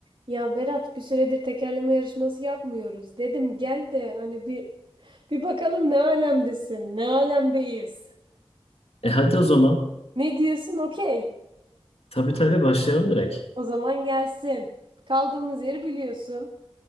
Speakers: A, on the right; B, on the left.
A: Ya Berat bir süredir tekerleme yarışması yapmıyoruz. Dedim gel de hani bir bir bakalım ne alemdesin, ne alemdeyiz.
B: E hadi o zaman.
A: Ne diyorsun? Okey.
B: Tabii tabii başlayalım direkt.
A: O zaman gelsin. Kaldığımız yeri biliyorsun.